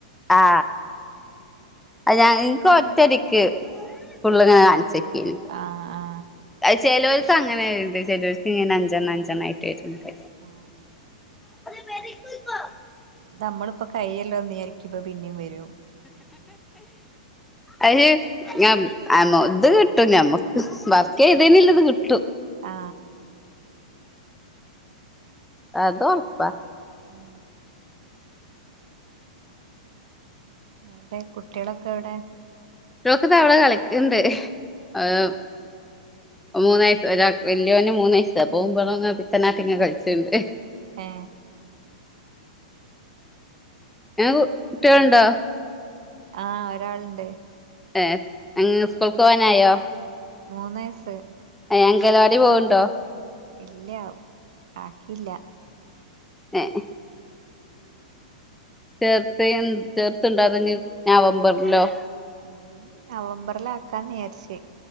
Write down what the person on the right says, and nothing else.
ആ ആ
ആ
നമ്മളിപ്പോ കഴിയല്ലോന്ന് വിചാരിക്കുമ്പോ പിന്നേവരും
ആ
ഉം എവിടെ കുട്ടികളൊക്കെ എവിടെ
ഉം.
ഏ
ആ ഒരാള്ണ്ട്
മൂന്നയസ്സ്
ഇല്ല ആക്കില്ല
ഉം നവംബറില ആക്കാന്ന് വിചാരിച്ചേ